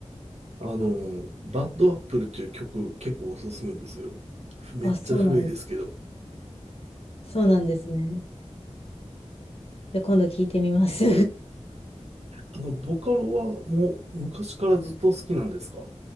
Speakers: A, on the right (about 65°); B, on the left (about 55°).
A: あの、バッドアップルっていう曲結構おすすめですよ。めっちゃ古いですけど。
B: あ、そうなんです。そうなんですね。じゃあ今度聞いてみます。
A: あの、ボカロはもう昔からずっと好きなんですか